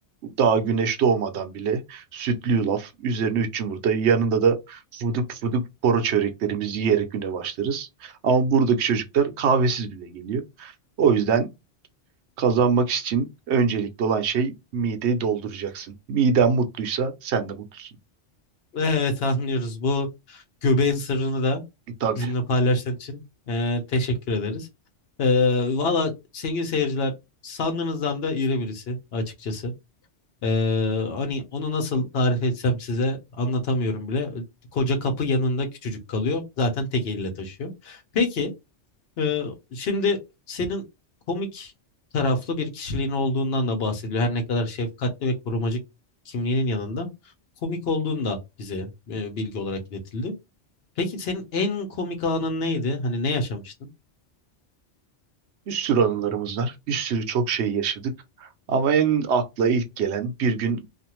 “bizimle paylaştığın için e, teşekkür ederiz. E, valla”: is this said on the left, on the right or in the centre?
Left